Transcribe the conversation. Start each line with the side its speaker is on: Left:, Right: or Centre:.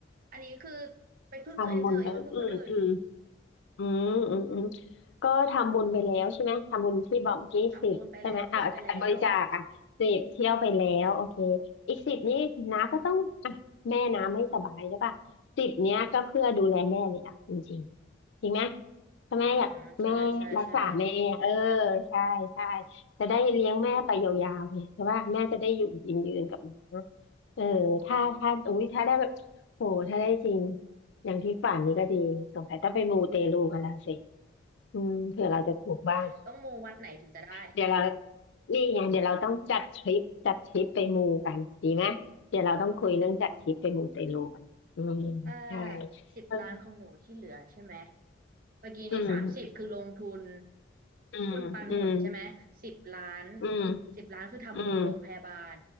Right: อันนี้คือไปพึ่งตัวเองเถอะอย่ามาพึ่งคนอื่น
Left: ทำบุญไปอืมอืมอืมอืมอืมก็ทำบุญไปแล้วใช่ไหมทำบุญที่บอกเมื่อกี้สิบใช่ไหมอ่าบริจาคอ่ะสิบเที่ยวไปแล้วโอเค
Right: ทำบุญไปแล้วเที่ยวไปแล้ว
Left: อีกสิบนี้น้าก็ต้องอ่ะแม่น้าไม่สบายใช่ป่ะสิบเนี้ยก็เพื่อดูแลแม่เลยอ่ะจริงๆจริงไหม
Right: อืมใช่ใช่ใช่
Left: ถ้าแม่อยากแม่รักษาแม่เออใช่ใช่จะได้เลี้ยงแม่ไปยาวๆเนี่ยใช่ป่ะแม่จะได้อยู่ยืนๆกับน้าเออถ้าถ้าอุ้ยถ้าได้แบบโหถ้าได้จริง อย่างที่ฝันนี่ก็ดีสงสัยต้องไปมูเตลูกันแล้วสิอืมเผื่อเราจะถูกบ้าง
Right: <laughs> ต้องมูวัดไหนถึงจะได้
Left: เดี๋ยวเรานี่ไงเดี๋ยวเราต้องจัดทริปจัดทริปไปมูกันดีไหมเดี๋ยวเราต้องคุยเรื่องจัดทริปไปมูเตลูกันอืมใช่
Right: ถ้าสิบล้านของหนูที่เหลือใช่ไหม
Left: เออ
Right: เมื่อกี้นี้สามสิบคือลงทุน
Left: อืมอืมอืม
Right: หุ้นปันผลใช่ไหมสิบล้าน
Left: อืม
Right: สิบล้านคือทำบุญโรงพยาบาล
Left: อืม